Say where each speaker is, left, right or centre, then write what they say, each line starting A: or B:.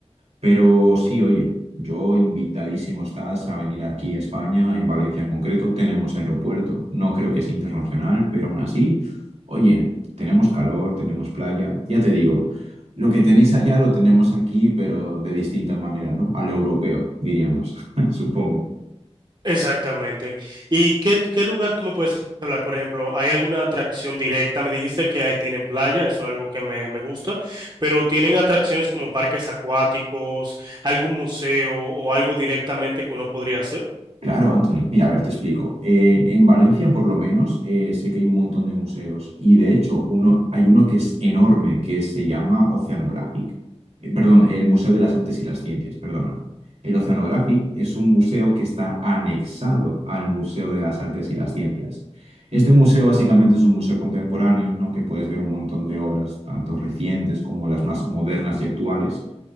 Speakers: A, on the right (about 70°); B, on the right (about 40°).
A: Pero sí, oye, yo invitadísimo estás a venir aquí a España, en Valencia en concreto, tenemos aeropuerto, no creo que sea internacional, pero aún así, oye, tenemos calor, tenemos playa, ya te digo, lo que tenéis allá lo tenemos aquí, pero de distinta manera, ¿no? A lo europeo, diríamos, <laughs> supongo.
B: Exactamente. ¿Y qué, qué lugar tú me puedes hablar? Por ejemplo, ¿hay alguna atracción directa? Me dijiste que ahí tienen playa, eso es algo que me, me gusta, pero ¿tienen atracciones como parques acuáticos, algún museo o algo directamente que uno podría hacer?
A: Claro, Anthony. Mira, a ver, te explico. Eh, en Valencia, por lo menos, eh, sé que hay un montón de museos y de hecho uno, hay uno que es enorme, que se llama Oceanographic. Eh, perdón, el Museo de las Artes y las Ciencias, perdona. El Oceanographic es un museo que está anexado al Museo de las Artes y las Ciencias. Este museo básicamente es un museo contemporáneo, ¿no? Que puedes ver un montón de obras, tanto recientes como las más modernas y actuales.